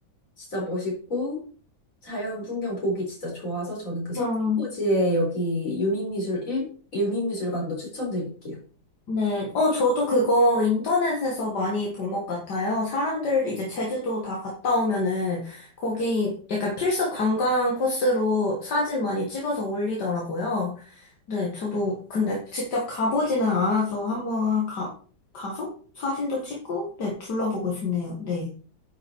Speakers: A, on the left; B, on the left.
A: 진짜 멋있고 자연 풍경 보기 진짜 좋아서 저는 그 서귀포지에
B: 어,
A: 여기 유민미술 일 유민미술관도 추천드릴게요.
B: 네. 어, 저도 그거 인터넷에서 많이 본 것 같아요. 사람들 이제 제주도 다 갔다 오면은 거기 약간 필수 관광 코스로 사진 많이 찍어서 올리더라고요. 네, 저도 근데 직접 가보지는 않아서 한번 가, 가서 사진도 찍고, 네, 둘러보고 싶네요. 네.